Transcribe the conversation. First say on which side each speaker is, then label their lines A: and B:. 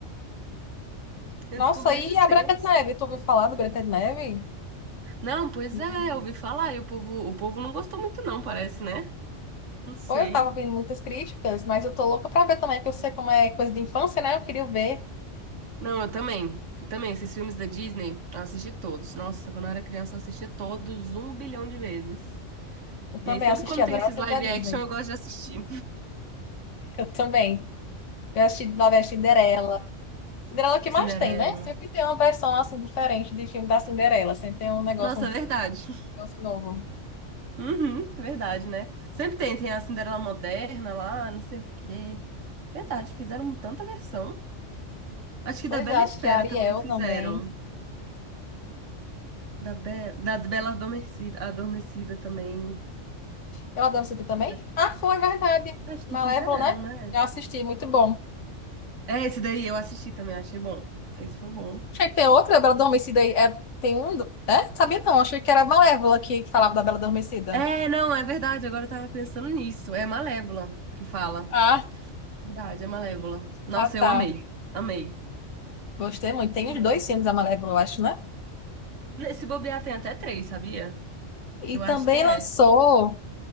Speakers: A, on the right; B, on the left.
A: Eu
B: Nossa,
A: descobri
B: e
A: esses
B: a
A: tempos.
B: Branca de Neve? Tu ouviu falar da Branca de Neve?
A: Não, pois
B: Uhum.
A: é, eu ouvi falar e o povo, o povo não gostou muito, não, parece, né? Não sei.
B: Pô, eu tava ouvindo muitas críticas, mas eu tô louca pra ver também, porque eu sei como é coisa de infância, né? Eu queria ver.
A: Não, eu também. Eu também, esses filmes da Disney, eu assisti todos. Nossa, quando eu era criança, eu assistia todos um bilhão de vezes.
B: Eu também
A: E aí, sempre
B: assisti,
A: quando
B: adorava
A: tem esses
B: o filme
A: live
B: da Disney.
A: action, eu gosto de assistir.
B: Eu também. Eu assisti novela Cinderela. Cinderela é o que
A: Cinderela.
B: mais tem, né? Sempre tem uma versão, assim, diferente de filme da Cinderela. Sempre tem um negócio,
A: Nossa,
B: um
A: é verdade. <laughs>
B: negócio novo.
A: Uhum, verdade, né? Sempre tem, tem a Cinderela moderna lá, não sei o quê. Verdade, fizeram tanta versão. Acho que
B: Pois
A: da Bela
B: é, acho
A: e a Fera
B: que a Ariel
A: também fizeram.
B: também.
A: Da, Be da Bela Adormecida, Adormecida também.
B: ela adoro também?
A: Acho,
B: Ah, foi, verdade.
A: acho
B: Malévola,
A: que fizeram,
B: né?
A: né?
B: Eu assisti, muito bom.
A: É, esse daí eu assisti também, achei bom. Esse foi bom.
B: Achei que tem outra da Bela Adormecida aí. É, tem um. do- É? Sabia não. Achei que era a Malévola que falava da Bela Adormecida.
A: É, não, é verdade. Agora eu tava pensando nisso. É Malévola que fala.
B: Ah,
A: Verdade, é Malévola. Nossa,
B: ah, tá.
A: eu amei. Amei.
B: Gostei muito. Tem
A: Amei.
B: os dois filmes da Malévola, eu acho, né?
A: Se bobear, tem até três, sabia?
B: E
A: Eu
B: também
A: acho que é.
B: lançou